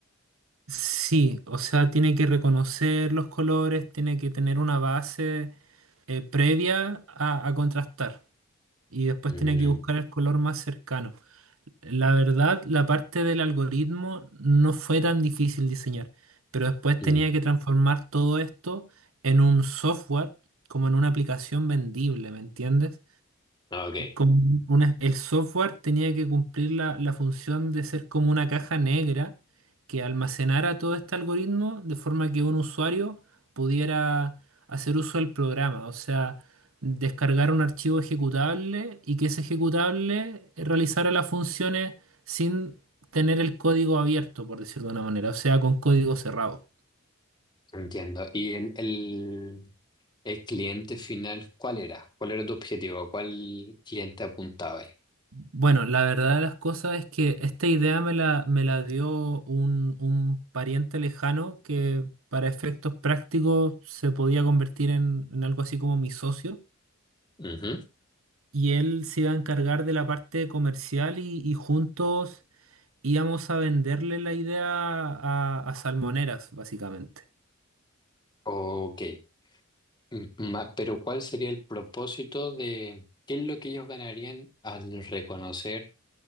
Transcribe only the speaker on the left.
Mm,
mm.
Ok,
Entiendo. ¿Y el, el, el cliente final, cuál era? ¿Cuál era tu objetivo? ¿A ¿Cuál cliente apuntabas? ahí?
Ujú.
Ok. Mm, ma- Pero ¿cuál sería el propósito de qué es lo que ellos ganarían al reconocer